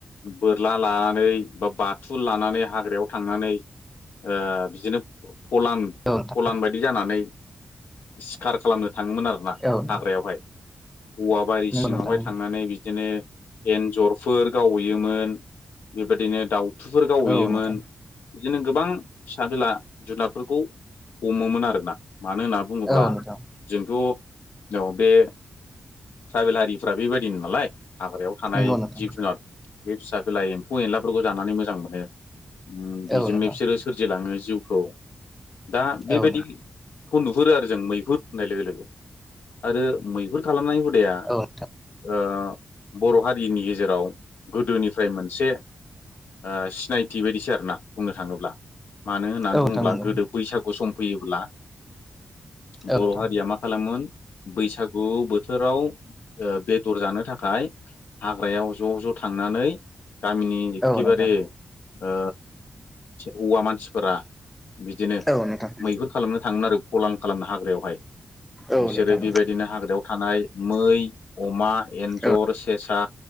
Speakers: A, on the left (about 80°); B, in the centre.
A: बोरला लानानै बा बाथुल लानानै हाग्रायाव थांनानै ओ बिदिनो फलान
B: नोंथां
A: फलान बायदि जानानै सिखार खालामनो थाङोमोन आरोना
B: औ नोंथां
A: हाग्रायावहाय। औवाबारि सिङावहाय
B: औ नोंथां नंगौ नोंथां
A: थांनानै बिदिनो एन्जरफोर गावैयोमोन। बेबायदिनो दाउथुफोर
B: नंगौ
A: गावहैयोमोन।
B: औ नोंथां
A: बिदिनो गोबां फिसा बिला जुनादफोरखौ हमोमोन आरोना। मानो होनना बुङोब्ला
B: औ नोंथां
A: जोंथ' अ बे। ट्राइबेल हारिफ्रा बेबायदिनो नालाय हाग्रायाव थानाय।
B: नंगौ नोंथां
A: जिब जुनार बे फिसा बिला एम्फौ एनलाफोरखौ जानानै मोजां मोनो। ओम बेजोंनो
B: औ नोंथां
A: बिसोरो सोरजिलाङो जिउखौ। दा बेबायदिखौ
B: औ
A: नुहुरो आरो जों मैहुर होननाय लोगो लोगो। आरो मैहुर खालामनाय हुदाया
B: नोंथां औ
A: ओ बर' हारिनि गेजेर राव गोदोनिफ्राय मोनसे ओ सिनायथि बायदिसो आरोना बुंनो थाङोब्ला। मानो होनना
B: औ नोंथां
A: बुङोब्ला
B: नंगौ
A: गोदो बैसागु सम फैयोब्ला
B: औ
A: बर'
B: नोंथां
A: हारिया मा खालामो। मोन बैसागु बोथोराव ओ बेदर जानो थाखाय हाग्रायाव । ज' ज' थांनानै गामिनि एखेबारे
B: औ नोंथां
A: ओ हौवा मानसिफोरा बिदिनो
B: औ नोंथां
A: मैहुर खालामनो थाङोमोन आरो फलान खालामनो हाग्रायावहाय।
B: औ
A: बिसोरो
B: नोंथां
A: बेबायदिनो हाग्रायाव थानाय मै अमा एन्जर
B: औ
A: सेसा